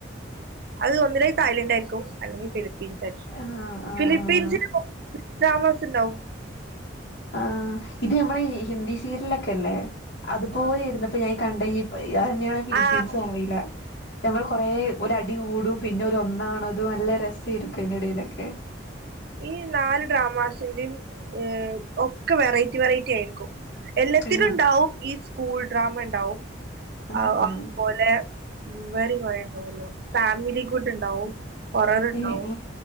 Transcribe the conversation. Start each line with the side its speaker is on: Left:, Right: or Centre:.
Right: അത് ഒന്നല്ലങ്കി തായ്ലന്റ് ആയിരിക്കും അല്ലെങ്കി ഫിലി പ്പീൻസ് ആയിരിക്കും.
Left: ആ ആ
Right: ഫിലിപ്പീൻസിന്
Left: ആ
Right: താമസണ്ടാവും
Left: ആഹ് ഇത് ഞമ്മളെ ഹിന്ദി സീര്ലൊക്കെല്ലേ അതുപോലെ
Right: ആഹ്
Left: ഇര്ന്നപ്പോ ഞാൻ കണ്ട ഈ അതെന്നെണ് ഫിലിപ്പീൻസ്
Right: ആഹ്
Left: അറീല ഞമ്മള് കൊറേ ഓര് അടികൂടും പിന്നെ ഓര് ഒന്നാവണതും നല്ല രസേയിരിക്കും അയിന്റെ എടെലൊക്കെ
Right: ഈ നാല് ഡ്രാമാസിന്റിം ഏ ഒക്ക വെറൈറ്റി വെറൈറ്റി ആയിരിക്കും എല്ലത്തിലും
Left: ആഹ്
Right: ഇണ്ടാവും ഈ സ്കൂൾ ഡ്രാമ ഇണ്ടാവും
Left: ആഹ്
Right: അത്
Left: ആഹ്
Right: പോലെ ഉം വേറിം കൊറേ ഇണ്ടാവോല്ലോ ഫാമിലി ഗുഡ് ഇണ്ടാവും ഹോററ് ഇണ്ടാവും
Left: ഏഹ്